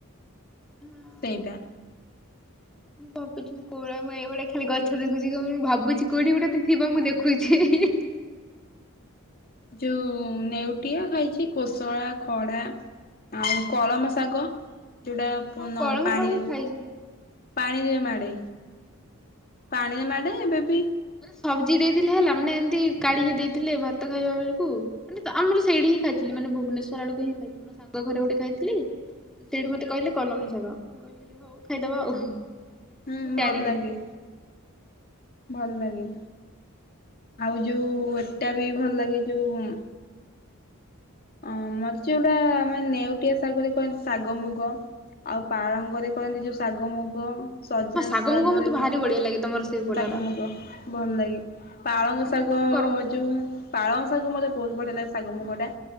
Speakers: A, in the centre; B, on the left.
A: ହଁ
B: ସେଇଟା
A: <unintelligible> ଭାବୁଛି ମୁଁ କୋଆଡେ ମୁଁ ଏଇଭଳିଆ ଖାଲି ଗଛ ଦେଖୁଛି ମୁଁ ଭାବୁଛି କଉଁଠି ଗୋଟେ ତ ଥିବ ମୁଁ ଦେଖୁଛି। ହିଁ ହିଁ
B: ଯୋଉଁ ନେଉଟିଆ ଖାଇଛି କୋଶଳା ଖଡା ଆଉ କଳମ ଶାଗ ଯୋଉଁଟା ପ
A: ହଁ କଳମ
B: ପାଣିରେ
A: ଶାଗ ମୁଁ ଖାଇଛି।
B: ପାଣିରେ ମାଡେ ପାଣିରେ ମାଡେ ଏବେ ବିି
A: ମାନେ ସବଜି ଦେଇଥିଲେ ହେଲା ମାନେ ଏମିତି କାଢିକି ଦେଇଥିଲେ ଭାତ ଖାଇବା ବେଳକୁ ମାନେ ତ ଆମର ସେଇଠି ହିଁ ଖାଇଥିଲି ମାନେ ଭୁବନେ ସ୍ୱର ଆଡକୁ ହିଁ ଖାଇଥିଲି ମୋ ସାଙ୍ଗ ଘରେ ଗୋଟେ ଖାଇଥିଲି। ସେଇଠୁ ମତେ କଇଲେ କଲମ ଶାଗ ମୁଁ କହିଲି ହୋଉ ଖାଇଦବା ଆଉ।
B: ହୁଁ
A: ମୁଁ ଜାଣିନି
B: ଭଲ ଲାଗେ। ଭଲ ଲାଗେ। ଆଉ ଯୋଉ ଏଟା ବି ଭଲ ଲାଗେ ଯୋଉ ଅଁ ମତେ ଯୋଉଟା ମାନେ ନେଉଟିଆ ଶାଗରେ କରନ୍ତି ଶାଗ ମୁଗ। ଆଉ ପାଳଙ୍ଗରେ କରନ୍ତି ଯୋଉ ଶାଗ ମୁଗ। ସଜନାଶାଗରେ
A: ହଁ ଶାଗ ମୁଗ ମତେ
B: ବି
A: ଭାରି ବଢିଆ ଲାଗେ ତମର ସେଇପଟର
B: ଶାଗ ମୁଗ ଭଲ ଲାଗେ। ପାଳଙ୍ଗ
A: ଆମର
B: ଶାଗ
A: ଏପଟେ କରନ୍ତିନି।
B: ଯୋଉ ପାଳଙ୍ଗ ଶାଗ ମତେ ବୋହୁତ ବଢିଆ ଲାଗେ ଶାଗ ମୁଗ ଟା।